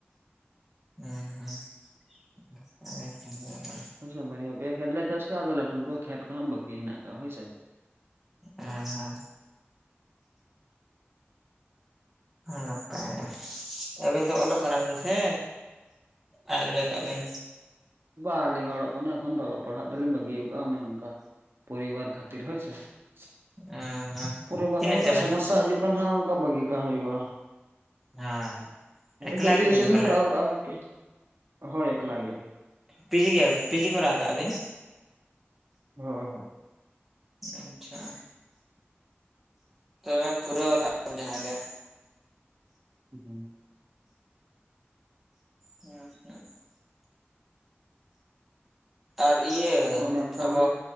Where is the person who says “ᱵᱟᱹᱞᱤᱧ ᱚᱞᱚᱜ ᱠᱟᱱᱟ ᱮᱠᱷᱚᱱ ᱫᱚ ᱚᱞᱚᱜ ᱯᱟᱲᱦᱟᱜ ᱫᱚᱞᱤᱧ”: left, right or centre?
Right